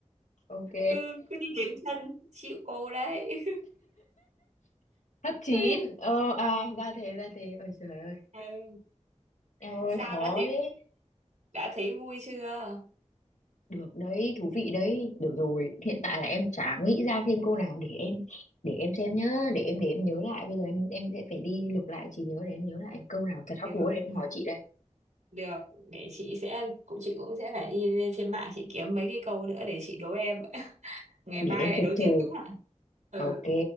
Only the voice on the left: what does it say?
ok
hấp chín
ờ à ra thế ra thế ôi trời ơi
em ơi
khó
thế
Được đấy, thú vị đấy. Được rồi, hiện tại là em chả nghĩ ra thêm câu nào để em để em xem nhá, để em để em nhớ lại. Bây giờ em em sẽ phải đi lục lại trí nhớ để em nhớ lại câu nào thật
hóc búa để em
hỏi chị đây.
Để
em
phục
thù.
Ok.